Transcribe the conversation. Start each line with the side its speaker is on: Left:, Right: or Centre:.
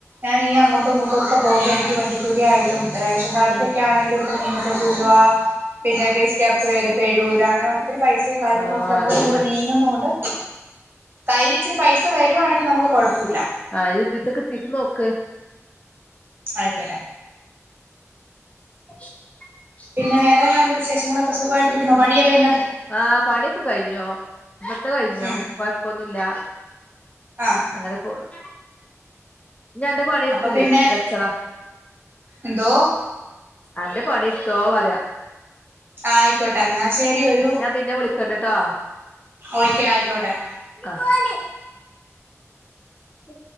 Right: ഞാൻ ഈ അങ്ങോട്ടും ഇങ്ങോട്ടും ഒക്കെ പോക്പോ എനിക്ക് വണ്ടിക്കൂലിയയിട്ടും റേഷൻ കാർഡ്ക്ക
Left: ഉം
Right: ആണെേലും. മുന്നൂറ്റമ്പത് രൂപ പിന്നെ ഫേസ് ക്യാപ്ർ ചെയ്തപ്പോ എഴപത് രൂപ അങ്ങനെ. ത്തിരി പൈസയും കാര്യങ്ങള
Left: ആഹ്
Right: ഒക്കെ അങ്ങോട്ടും
Left: അതന്നെ
Right: ഇങ്ങൂട്ട നീങ്ങുന്നണ്ട് കൈ ഇച്ചിരി പൈസ. വരുവാണെങ്കിൽ നമുക്ക് കുഴപ്പമില്ല.
Left: ആ യുദ് ഇത് കിട്ടീട്ട് നോക്ക്.
Right: ആയിക്കോട്ടെ.
Left: <inaudible>
Right: പിന്നെ വേറെന്താണ്ട് വിശേഷങ്ങളക്ക സുഖമായിട്ടിരിക്കുന്ന പണിയല്ലേ ഇന്നത്തെ.
Left: ആഹ പണിയൊക്കെ കഴിഞ്ഞോ ഇത്ത കഴിഞ്ഞോ
Right: ഉം
Left: കൊഴപ്പൊന്നുമില്ല.
Right: ആഹ്
Left: അങ്ങനെ പോടും. ഞാ എൻന്റെ പണിെടുത്തത്
Right: അപ്പൊ പിന്നെ
Left: വെച്ചളാ.
Right: എന്തോ
Left: അന്റെ പണിത്തോ പറയാ.
Right: ആ ആയിക്കോട്ടെ എന്നാൽ ശരി ഒരു
Left: ഞാൻ പിന്നെ വിളിക്കണ്ട്ട്ടോ
Right: ഓക്കെ ആയിക്കോട്ടെ.
Left: ആ അ. ഉ